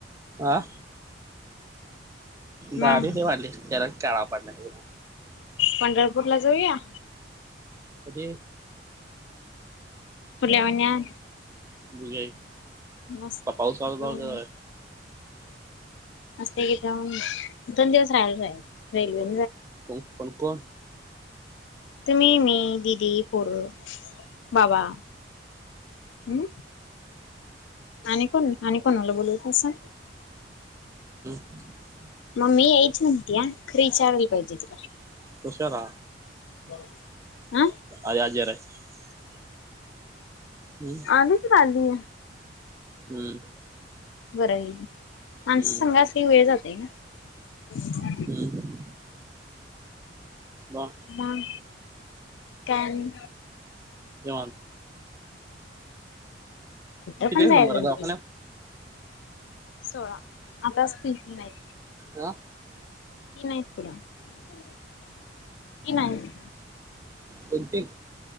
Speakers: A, on the right (about 15°); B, on the left (about 80°).
A: आं दाढी
B: मग
A: ते वाढली लय कलर ते काळा पडला उन्हात.
B: पंढरपूर ला जाऊया.
A: कधी?
B: पुढल्या महिन्यात
A: बघूया
B: मस्त
A: पाऊस
B: <unintelligible>
A: वाजला
B: मस्तपैकी जाऊन दोन दिवस राहिला जायचं रेल्वेन
A: कोण कोण कोण?
B: तुम्ही मी दिदी पोरं बाबा हम आणि कोण आणि कोनाला बोलावत्यासा?
A: <unintelligible>
B: मी ऐच म्हणतिया क्रीच्या वि पाहिजे की
A: कशाला
B: <unintelligible> हा
A: <unintelligible> हम्म
B: आली तर आली.
A: हम्म
B: बरं आहे माणस
A: हम्म
B: संध्यासी वेळ झाली ना
A: हम्म वा
B: म काय आणि
A: निवांत
B: कुठं
A: किती
B: पण
A: चा
B: जायचं
A: नंबर ये दवाखान्यात?
B: ते सोळा आताचतीली नाही
A: का
B: तीन आहेत बघा तीन आहेत
A: कोण ती?